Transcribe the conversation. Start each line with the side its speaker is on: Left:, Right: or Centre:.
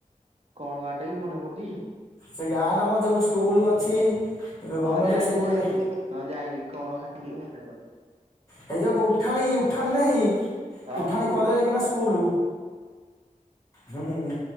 Right: କଣ ଟା କି ମନେ ପଡୁଛି
Left: ସେ ଗାଁ ଟା ଆମର ଯୋଉଠି ସ୍କୁଲ ଅଛି ଗଭର୍ଣ୍ଣମେଣ୍ଟ
Right: ହଁ ଯାଇଁଲି
Left: ସ୍କୁଲଟେ
Right: ହଁ ଜାଇଁଲି କଣ କାହିଁକ ଲାଇବନି।
Left: ହେଇ ଯଉ ଉଠାଣି ଉଠାଣି ନାହିଁ?
Right: ହଁ
Left: ଉଠାଣି
Right: ହଁ ହଁ ହଁ ଏଇଟା
Left: କରରେ
Right: କଣ
Left: କିନା
Right: ଗାଁ
Left: ସ୍କୁଲ।
Right: ମନେ ପଡୁନି।
Left: ହୁଁ ହୁଁ